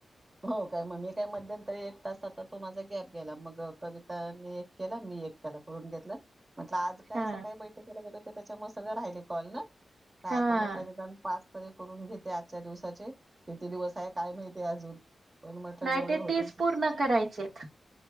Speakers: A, on the right (about 25°); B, on the right (about 60°).
A: हो काय मग मी मध्यंतरी एक तासाचा तो माझा गॅप गेला. मग कविता आणि एक केला मी एक केला कडून घेतला. काही
B: हा
A: सकाळी बैठकी केला गेलो. त्याच्या मुळे सगळ राहिले कॉल ना
B: हा.
A: आता म्हटलं निदान पाच करून घेते आजच्या दिवसाचे किती दिवस आहे. काय माहितीय अजून पण म्हटलं
B: नाही
A: जेवढे
B: ते
A: होतील
B: तेीच पूर्ण करायचेत.